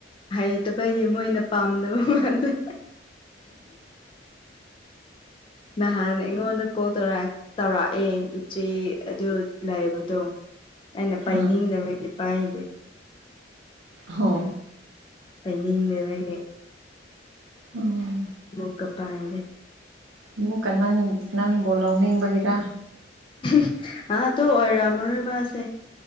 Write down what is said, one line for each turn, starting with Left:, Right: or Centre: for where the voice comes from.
Left: ꯍꯩꯇꯕꯒꯤ ꯃꯣꯏꯅ ꯄꯥꯝꯗꯕ ꯃꯥꯜꯂꯦ <inaudible> ꯅꯍꯥꯟ ꯑꯩꯉꯣꯟꯗ ꯀꯣꯜ ꯇꯧꯔꯛ ꯇꯧꯔꯛꯑꯦ ꯏꯆꯦ ꯑꯗꯨ ꯂꯩꯕꯗꯣ ꯑꯩꯅ ꯄꯥꯏꯅꯤꯡꯗꯕꯒꯤ
Right: ꯎꯝ
Left: ꯄꯥꯏꯗꯦ
Right: ꯍꯣ
Left: ꯄꯥꯏꯅꯤꯡꯗꯕꯒꯤ
Right: ꯎꯝ
Left: ꯂꯣꯛꯀ ꯄꯥꯢꯔꯦ
Right: ꯑꯃꯨꯛꯀ ꯅꯪ ꯅꯪꯕꯨ ꯂꯧꯅꯤꯡꯕꯒꯤꯔꯥ
Left: <inaudible> ꯑꯗꯣ ꯑꯣꯏꯔꯝ ꯃꯔꯣꯏ ꯃꯥꯁꯦ